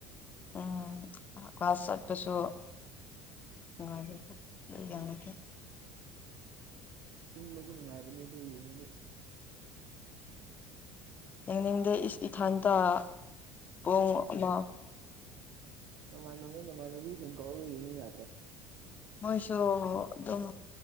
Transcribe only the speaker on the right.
ꯇꯨꯝꯕꯁꯨ ꯅꯨꯡꯉꯥꯏꯕꯅꯤ ꯑꯗꯨ ꯌꯦꯡꯉꯗꯤ
ꯅꯃꯥꯟ ꯃꯣꯏ ꯅꯃꯥꯟꯅꯕꯤꯁꯤꯡ ꯀꯧꯔꯒ ꯌꯦꯡꯕ ꯌꯥꯗ꯭ꯔꯣ